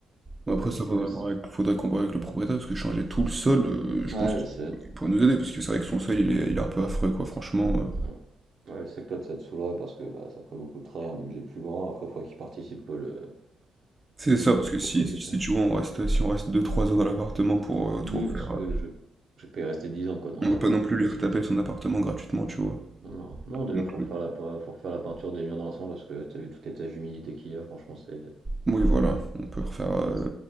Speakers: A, on the right (about 20°); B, on the right (about 60°).
A: Bon, Après
B: Même
A: ça,
B: si
A: faudrait,
B: je sais.
A: voir avec- faudrait qu'on voit avec le propriétaire, parce que changer tout le sol, euh, je
B: Ouais,
A: pense qu'il
B: je sais.
A: pourrait nous aider, parce que c'est vrai que son sol, il est, il est un peu affreux, quoi, franchement. euh.
B: Ouais, Ouais, je sais que toi, ça te saoulerait parce que bah, ça ferait beaucoup de travail, un budget plus grand. Après, faudrait qu'il participe, quoi, le,
A: C'est
B: le
A: ça, parce que
B: propriétaire.
A: si, si, si tu vois, on reste, si on reste deux trois heures dans l'appartement pour euh, tout
B: Oui,
A: refaire,
B: parce que
A: euh,
B: je, je peux y rester 10 ans, quoi, dans
A: on
B: l'appart,
A: va pas non plus
B: on va
A: lui
B: pas
A: retaper
B: se mentir.
A: son appartement gratuitement, tu vois.
B: Non, non, déjà
A: Donc,
B: faut refaire la, pe- faut refaire la peinture des murs dans l'ensemble parce que t'as vu toutes les taches d'humidité qu'il y a, franchement c'est.
A: oui, voilà, on peut refaire, euh,